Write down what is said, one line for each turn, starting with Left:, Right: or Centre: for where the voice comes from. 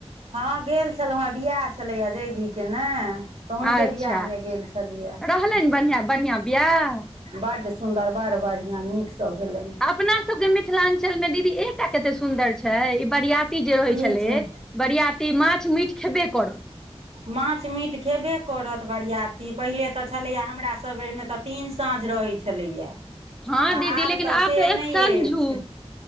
Right: हँ गेल छलहुँ हेँ बियाह छलैए जैधी के ने। तऽ हुनके
Centre: अच्छा
Right: वियाह मे गेल छलियैए।
Centre: रहलनि बढ़िआँ बढ़िआँ बियाह
Right: बड्ड सुन्दर बड़ बढ़िआँ, नीक सँ भेलनि।
Centre: अपना सबके मिथिलांचल मे दीदी एकटा कते सुन्दर छै, ई बरियाती जे रहै
Right: की
Centre: छलै
Right: छै
Centre: बरियाती माछ मीट खेब्बे करत।
Right: माछ मीट खेबे करत बरीयाती पहिले तऽ छलैये हमरा सब बेरमे तऽ तीन साँझ रहै छलैये
Centre: हँ
Right: आ
Centre: दीदी
Right: आब
Centre: लेकिन
Right: तऽ से नहि
Centre: एक संझू
Right: ऐछ।